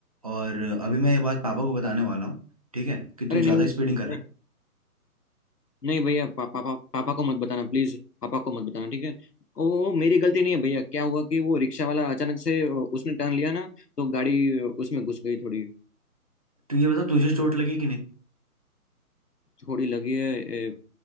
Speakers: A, on the right; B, on the left.
A: और अभी मैं ये बात पापा को बताने वाला हूँ ठीक है कि तू
B: अरे
A: ज़्यादा
B: नहीं
A: स्पीडिंग कर रहा
B: नहीं
A: है
B: नहीं भैया पा, पापा पापा को मत बताना प्लीज पापा को मत बताना ठीक है वो वो मेरी गलती नहीं है भैया क्या हुआ कि वो रिक्शा वाला अचानक से अ, उसने टर्न लिया ना तो गाड़ी अ, उसमें घुस गई थोड़ी
A: तू ये बता तुझे चोट लगी कि नहीं
B: थोड़ी लगी है ए,